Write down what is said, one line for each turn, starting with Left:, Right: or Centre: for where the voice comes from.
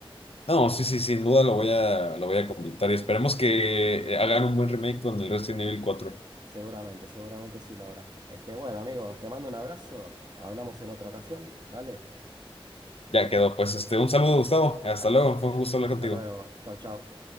Left: No, sí, sí, sin duda lo voy a, lo voy a completar y esperemos que eh, hagan un buen remake con el Resident Evil cuatro
Right: Seguramente, seguramente sí, Laura. Este, bueno, amigo, te mando un abrazo. Hablamos en otra ocasión. Dale,
Left: Ya quedó, pues este, un saludo, Gustavo. Hasta
Right: dale.
Left: luego, fue un gusto
Right: Hasta
Left: hablar contigo.
Right: luego. Chau, chau.